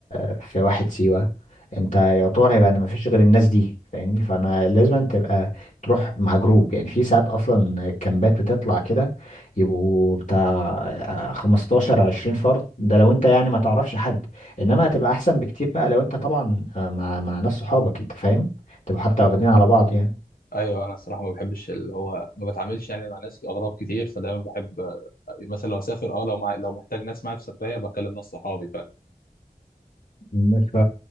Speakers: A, on the left (about 55°); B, on the left (about 75°).
A: آه، في واحد سيوه انت يعتبر هيبقى ان ما فيش غير الناس دي فاهمني فانا لازم تبقى تروح مع جروب يعني في ساعات اصلا كامبات بتطلع كده يبقوا بتاع آه، 15 20 فرد ده لو انت يعني ما تعرفش حد انما هتبقى احسن بكتير بقى لو انت طبعا آه، مع مع ناس صحابك انت فاهم تبقى حتى
B: ايوه
A: واخدين على بعض يعني
B: ايوه انا الصراحه ما بحبش اللي هو ما بتعاملش يعني مع ناس اغراب كتير فدايما بحب آه، مثلا لو اسافر اه لو مع... لو محتاج ناس معايا في سفريه بكلم ناس صحابي ف
A: م- ف